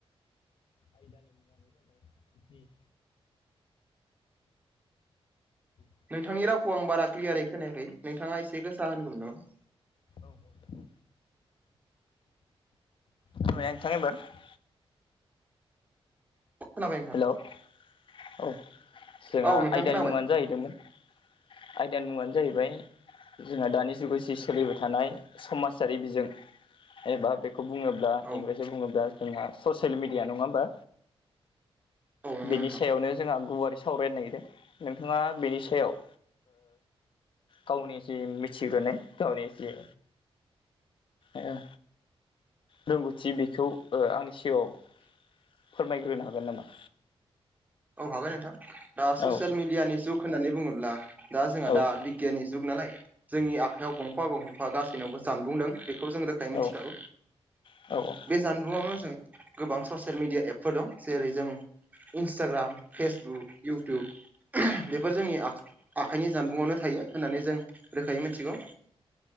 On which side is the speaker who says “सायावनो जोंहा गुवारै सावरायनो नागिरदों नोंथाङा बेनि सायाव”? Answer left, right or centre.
Left